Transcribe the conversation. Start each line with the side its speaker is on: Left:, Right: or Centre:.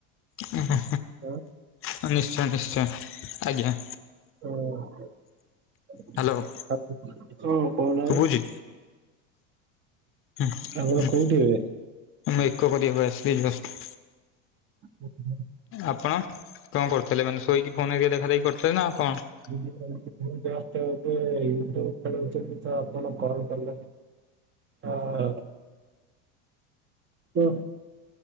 Left: ହେଁ ହେଁ
Right: ହଁ,
Left: ହେଁ ନିଶ୍ଚୟ ନିଶ୍ଚୟ ଆଜ୍ଞା।
Right: ଉଁ ଉଁ
Left: ହ୍ୟାଲୋ
Right: ତାତିଛି ହୁଁ କୋଉ ନାହାଁନ୍ତି।
Left: ଶୁଭୁଛି ହୁଁ
Right: ଆପଣ
Left: ହୁଁ
Right: କୋଉଠି ଏବେ?
Left: ମୁଁ ଏକ କରିଆକୁ ଆସିଲି ଜଷ୍ଟ।
Right: ହୁଁ ହୁଁ
Left: ଆପଣ କଅଁ କରୁଥିଲେ, ମାନେ ଶୋଇକି ଫୋନ୍ ଏକେ ଦେଖାଦେଖି କରୁଥିଲେ ନା ଆଉ କଣ।
Right: ମୁଁ ଜଷ୍ଟ ଏବେ ୟୁଟୁବ୍ ଖେଳୋଉଥିଲି, ତ ଆପଣ କଲ୍ କଲେ। ଅ- ଓ- କ